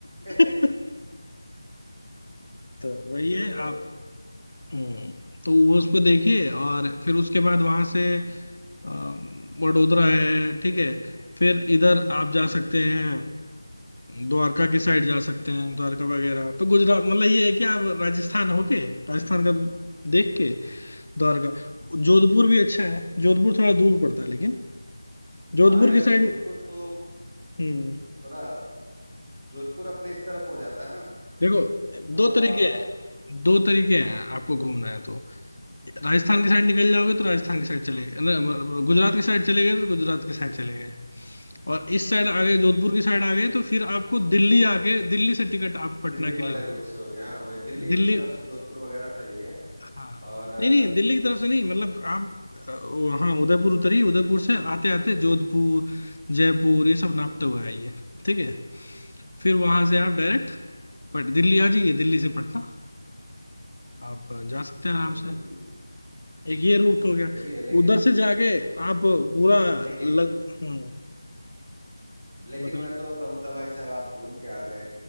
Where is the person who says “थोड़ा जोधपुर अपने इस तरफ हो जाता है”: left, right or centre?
Right